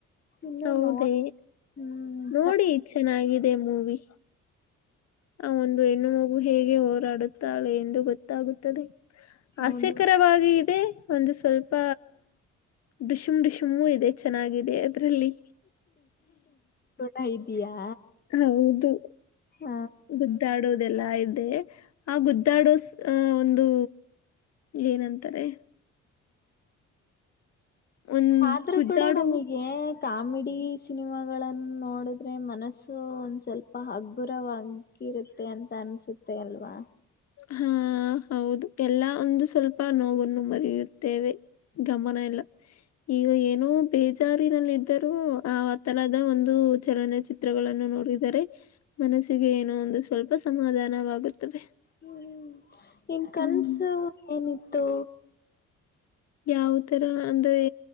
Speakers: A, on the left; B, on the left.
A: ಇನ್ನು
B: ಹೌದೇ
A: ನೋ ಹ್ಮ್
B: ನೋಡಿ
A: ಸ
B: ಚೆನ್ನಾಗಿದೆ ಮೂವಿ ಆ ಒಂದು ಹೆಣ್ಣು ಮಗು ಹೇಗೆ ಹೋರಾಡುತ್ತಾಳೆ ಎಂದು ಗೊತ್ತಾಗುತ್ತದೆ
A: ಹೌದು
B: ಹಾಸ್ಯಕರವಾಗಿ ಇದೆ ಒಂದು ಸ್ವಲ್ಪ ಡಿಶಿಮ್ ಡಿಶಮೂ ಇದೆ ಚೆನ್ನಾಗಿದೆ ಅದ್ರಲ್ಲಿ
A: ತೋಡ ಇದಯಾ
B: ಹೌದು
A: ಹ
B: ಗುದ್ದಾಡೋದೆಲ್ಲಾ ಇದೆ ಆ ಗುದ್ದಾಡೋ ಅಹ ಒಂದು ಏನಂತಾರೆ? ಒಂದ್
A: ಆದ್ರೂ
B: ಗುದ್ದಾಡೋ
A: ಕೂಡ ನಮಗೆ. ಕಾಮಿಡಿ ಸಿನಿಮಾಗಳನ್ನ್ ನೋಡಿದ್ರೆ ಮನಸ್ಸು ಒಂದ್ ಸ್ವಲ್ಪ ಹಗ್ಗುರವಾಗ ಇರುತ್ತೆ ಅಂತ ಅನ್ಸುತ್ತೆ ಅಲ್ವಾ.
B: ಹ್ಮ ಹೌದು ಎಲ್ಲ ಒಂದು ಸ್ವಲ್ಪ ನೋವನ್ನು ಮರಿಯುತ್ತೇವೆ ಗಮನ ಎಲ್ಲ ಈಗ ಏನೋ ಬೇಜಾರಿನಲ್ಲಿದ್ದರೂ ಆ ತರದ ಒಂದು ಚಲನಚಿತ್ರಗಳನ್ನು ನೋಡಿ ದರೆ ಮನಸ್ಸಿಗೆ ಏನೋ ಒಂದು ಸ್ವಲ್ಪ ಸಮಾಧಾನವಾಗುತ್ತದೆ.
A: ಹ್ಮ್ ನಿನ್ ಕನ್ಸು
B: ಹ್ಮ್
A: ಏನಿತ್ತು.
B: ಯಾವ ತರ ಅಂದ್ರೆ